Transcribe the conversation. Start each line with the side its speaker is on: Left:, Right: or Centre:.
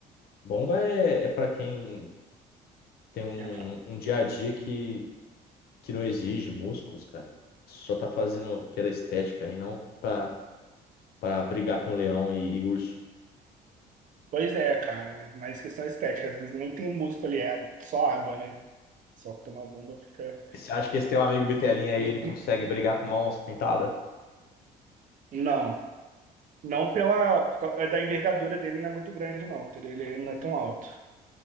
Left: Bomba é, é para quem tem um,
Right: é.
Left: um dia a dia que que não exige músculos, cara. Só tá fazendo pela estética e não pra, pra brigar com leão e, e urso.
Right: Pois é, cara, mas questão estética, às vezes nem tem músculo ali, é só água, né? Só que tomar bomba fica.
Left: Você acha que esse teu amigo Bitelinha aí,
Right: <clears throat>
Left: ele consegue brigar com uma onça pintada?
Right: Não, não pela por causa da envergadura dele não é muito grande, não, entendeu? Ele não é tão alto.